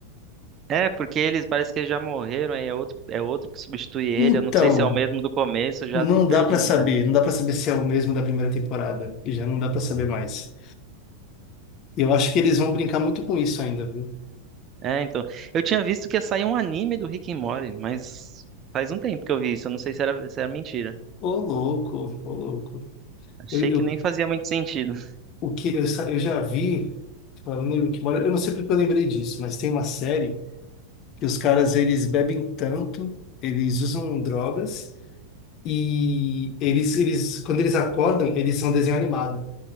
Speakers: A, on the right (about 30°); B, on the left (about 35°).
A: É, porque eles parece que eles já morreram, aí é outro, é outro que substitui ele.
B: Então,
A: Eu não sei se é o mesmo do começo, eu já
B: não
A: tô perdido,
B: dá pra saber,
A: cara.
B: não dá pra saber se é o mesmo da primeira temporada, e já não dá pra saber mais. Eu acho que eles vão brincar muito com isso ainda, viu?
A: É, então. Eu tinha visto que ia sair um anime do Rick and Morty, mas faz um tempo que eu vi isso. Eu não sei se era, se era mentira.
B: Ô louco, ô louco.
A: Achei
B: Eu, eu-
A: que nem fazia muito sentido. <laughs>
B: o que eu, sa- eu já vi, falando em Rick and Morty, eu não sei porque eu lembrei disso, mas tem uma série que os caras eles bebem tanto, eles usam drogas e eles, eles quando eles acordam, eles são desenho animado.